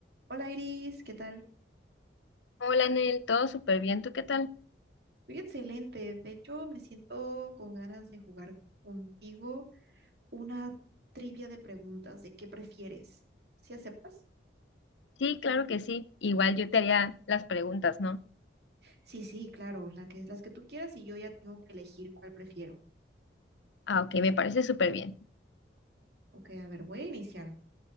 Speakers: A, on the right; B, on the left.
A: Hola Iris, ¿qué tal?
B: Hola, Nel, todo súper bien, ¿tú qué tal?
A: Estoy excelente. De hecho, me siento con ganas de jugar contigo una trivia de preguntas de qué prefieres. ¿Sí aceptas?
B: Sí, claro que sí. Igual yo te haría las preguntas, ¿no?
A: Sí, sí, claro, la que, las que tú quieras y yo ya tengo que elegir cuál prefiero.
B: Ah, ok, me parece súper bien.
A: Ok, a ver, voy a iniciar.